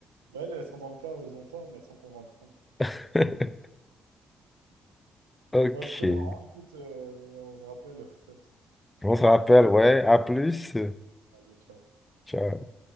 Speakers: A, on the right; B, on the left.
A: Bah, elles, elles sont dans le cas où elles ont tort, mais elles sont convaincantes.
B: <laughs> Ok.
A: Bah, c'était marrant, écoute, euh, on se rappelle. <laughs> ça-
B: On se rappelle,
A: Je dois te... laisser.
B: ouais. À plus.
A: Allez, ciao.
B: Ciao.